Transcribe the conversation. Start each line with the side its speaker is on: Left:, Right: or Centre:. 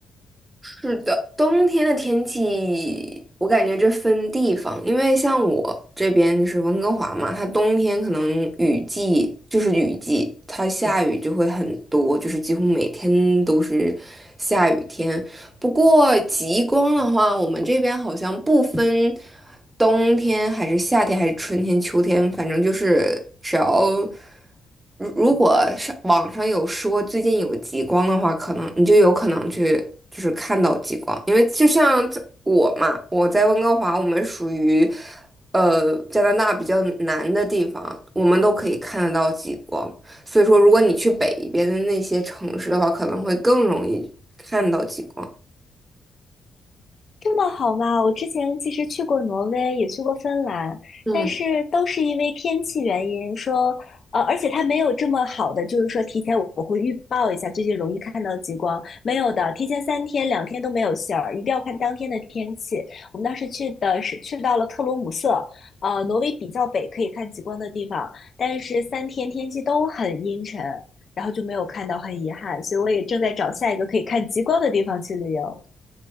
Right: 是的，冬天的天气，我感觉这分地方，因为像我这边就是温哥华嘛，它冬天可能雨季就是雨季，它下雨就会很多，就是几乎每天都是下雨天。不过极光的话，我们这边好像不分冬天还是夏天还是春天、秋天，反正就是只要如如果上网上有说最近有极光的话，可能你就有可能去就是看到极光，因为就像在我嘛，我在温哥华，我们属于呃加拿大比较南的地方，我们都可以看得到极光。所以说，如果你去北边的那些城市的话，可能会更容易看到极光。
Left: 这么好吗？我之前其实去过挪威，也去过芬兰，
Right: 嗯，
Left: 但是都是因为天气原因说，呃，而且它没有这么好的，就是说提前我会预报一下最近容易看到极光，没有的，提前三天两天都没有信儿，一定要看当天的天气。我们当时去的是去到了特罗姆瑟，呃，挪威比较北可以看极光的地方，但是三天天气都很阴沉，然后就没有看到，很遗憾，所以我也正在找下一个可以看极光的地方去旅游。